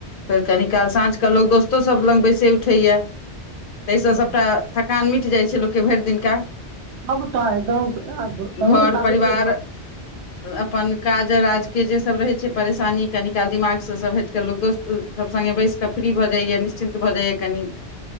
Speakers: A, on the left; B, on the right.
A: फेर कनि काल साँझकेँ लोक दोस्तोसभ लग बैसे उठैए। ताहिस
B: हँ
A: सबटा थकान मिट जाइ छै। छै लोकके भरि दिनका। <unintelligible>
B: सबटा एकदम संगी
A: <unintelligible> घर
B: साथीके
A: परिवार अपन- काज राज के जे सब रहै छै। परेशानी कनि काल दमाग। <unintelligible> लोक सभ हटि कऽ लोक दोस्तसभ सङ्गे बैस कऽ फ्री भऽ जाइए निश्चिन्त भऽ जाइए कनि। <unintelligible>